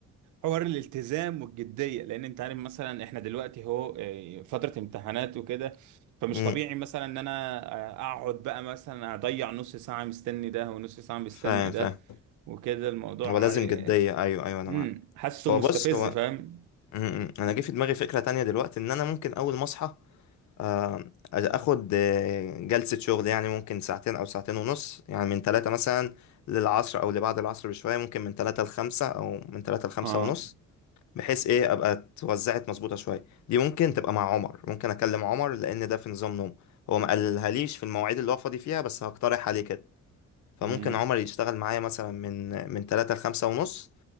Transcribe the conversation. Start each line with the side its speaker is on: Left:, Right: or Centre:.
Right: حوار الالتزام والجديه لان انت عارف مثلا احنا دلوقتي هو إيه، فتره امتحانات وكده فمش
Left: امم
Right: طبيعي مثلا ان انا آه، اقعد بقى مثلا اضيع نص ساعه مستني ده ونص ساعه مستني
Left: فاهم
Right: ده
Left: فاهم
Right: وكده الموضوع
Left: هو لازم
Right: آه،
Left: جدية أيوه أيوه أنا
Right: امم
Left: معاك
Right: حاسه
Left: هو
Right: مستفز
Left: بص هو
Right: فاهم
Left: م- م. أنا جه في دماغي فكرة تانية دلوقتي إن أنا ممكن أول ما أصحى آه، اخد آه، جلسة شغل يعني ممكن ساعتين او ساعتين ونص يعني من ثلاثة مثلا للعصر او لبعد العصر بشوية ممكن من ثلاثة لخمسة او من ثلاثة لخمسة
Right: اه
Left: ونص بحيث ايه ابقى اتوزعت مظبوطة شوية دي ممكن تبقى مع عمر ممكن اكلم عمر لان ده في نظام نوم هو ما قالهاليش في المواعيد اللي هو فاضي فيها بس هقترح عليه كده فممكن
Right: امم
Left: عمر يشتغل معايا مثلا من من ثلاثة لخمسة ونص